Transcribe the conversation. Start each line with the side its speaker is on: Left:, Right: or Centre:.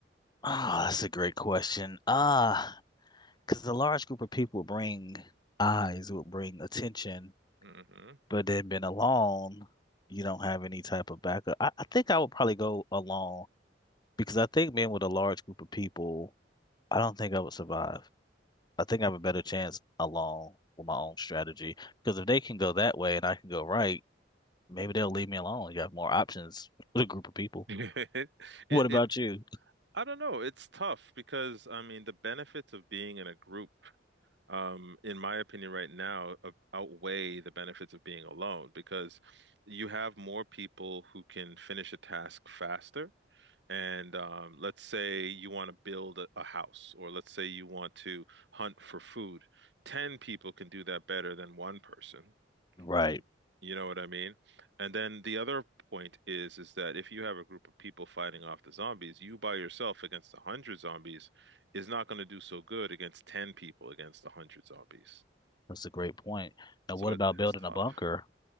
Left: Ah, that's a great question. Ah, because a large group of people would bring eyes, would bring attention,
Right: hmm
Left: but then being alone, you don't have any type of backup. I, I think I would probably go alone because I think being with a large group of people, I don't think I would survive. I think I have a better chance alone with my own strategy because if they can go that way and I can go right, Maybe they'll leave me alone. You have more options with a group of
Right: <laughs>
Left: people.
Right: It, it
Left: What about you?
Right: I don't know. It's tough because I mean the benefits of being in a group, um, in my opinion, right now, uh, outweigh the benefits of being alone because you have more people who can finish a task faster. And um, let's say you want to build a, a house, or let's say you want to hunt for food. Ten people can do that better than one person.
Left: Right.
Right: Y- You know what I mean? And then the other point is is that if you have a group of people fighting off the zombies, you by yourself against a hundred zombies is not going to do so good against ten people against a hundred zombies.
Left: That's a great point. Now,
Right: So
Left: what
Right: it,
Left: about
Right: it's
Left: building
Right: tough.
Left: a bunker?